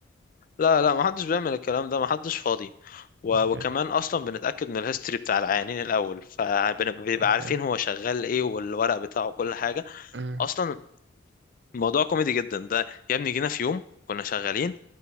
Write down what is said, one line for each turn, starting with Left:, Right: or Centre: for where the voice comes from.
Left: لا لا ما حدش بيعمل الكلام ده ما حدش فاضي و...
Right: اوكي
Left: وكمان اصلا بنتأكد من الهيستوري بتاع العيانين الاول فبيبقى
Right: اوكي
Left: عارفين هو شغال ايه والورق بتاعه وكل حاجة
Right: أمم،
Left: اصلا الموضوع كوميدي جدا ده يا ابني جينا في يوم كنا شغالين